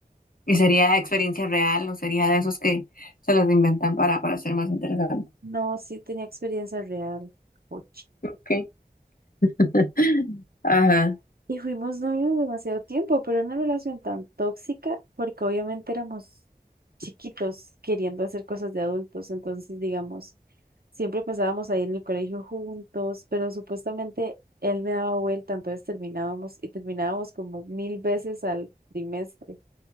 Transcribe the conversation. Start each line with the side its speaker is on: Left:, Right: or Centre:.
Left: ¿Y sería experiencia real o sería de esos que se los inventan para, para ser más interesante?
Right: No, sí tenía experiencia real, o
Left: Ok. <laughs> Ajá.
Right: Y fuimos novios demasiado tiempo, pero una relación tan tóxica porque obviamente éramos chiquitos queriendo hacer cosas de adultos. Entonces, digamos, siempre pasábamos ahí en el colegio juntos, pero supuestamente él me daba vuelta, entonces terminábamos y terminábamos como mil veces al trimestre.